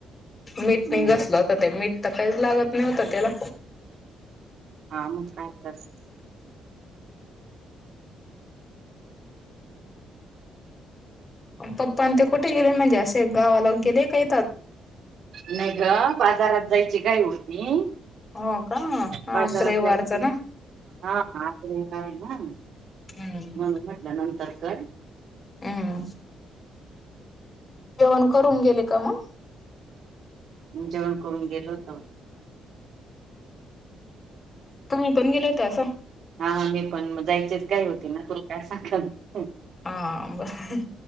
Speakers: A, on the left (about 30°); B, on the right (about 60°).
A: मीठ
B: हम्म
A: नाही घसलं होत ते मीठ तर काही लागत न होत हो तेला
B: हा मग काय तर
A: पप्पा आणि ते कुठे गेले म्हणजे असे गावाला गेले काय
B: नाही ग बाजारात जायची काय उरती
A: हो का
B: बाजारात
A: आज रविवारच
B: जाय
A: ना
B: हा आ्र आहे ना
A: हम्
B: म्हटलं न तरका
A: हा जेवण करून गेले का मग
B: जेवण कोण गेलोतो
A: तम पण गेले होते अस
B: हा हा मी पण जायचेच काय होती ना तु काय सांगत
A: हा बर